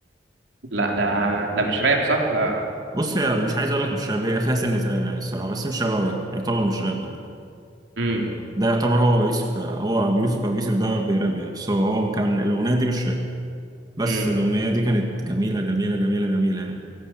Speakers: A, on the right; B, on the right.
A: لا ده ده مش راب صح ده
B: بص هي مش عايز أقول لك مش راب هي فيها سنة راب يعني الصراحة بس مش راب أوي يعتبر مش راب أه.
A: مم.
B: ده يعتبر هو أبو يوسف هو أبو يوسف أبو يوسف ده بيراب يعني سو هو هو كان الأغنية دي مش راب بس
A: مم.
B: الأغنية دي كانت جميلة جميلة جميلة جميلة يعني